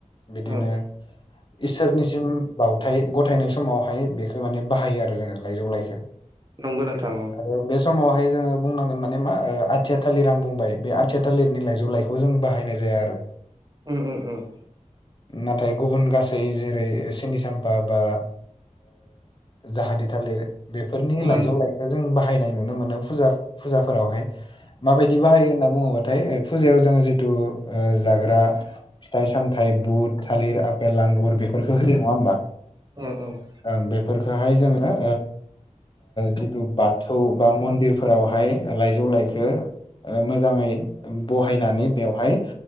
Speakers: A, on the left; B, on the right.
A: बिदिनो
B: उम
A: इसोरनिसिम बावथाय गथायनाय समावहाय बेखौ माने बाहायो आरो जोङो लाइजौ लाइखौो
B: नंगौ नोंथां
A: आरो बे समावहाय जोङो बुंनांगोन मान मा आथिया थालिर आं बुंबाय बे आथिया थालिरनि लाइजौ लाइखौ खौ जों बाहायनाय जाया आरो
B: उम उम उम
A: नाथाय गुबुन गासै जेरै सिनि साम्फा बा जाहादि थालिर बेफोरनि
B: मोन
A: लाइजौ लाइ जों बाहायनाय नुनो मोनो फुजाफोरावहाय माबायदि बाहायो होनना बुङोबा नाथाय फुजायाव जोङो जिथु जाग्रा फिथाइ सामथायाइ बुट थालिर आफपेल आंगुर बेफोरखौ होयो नङा होनोमबा
B: <unintelligible>
A: ओं बेफोरखौहाय जोङो जिथु बाथौ बा मन्दिरफोरावहाय लाइजौ लाइखो मोजाङै बहायनानै बेवहाय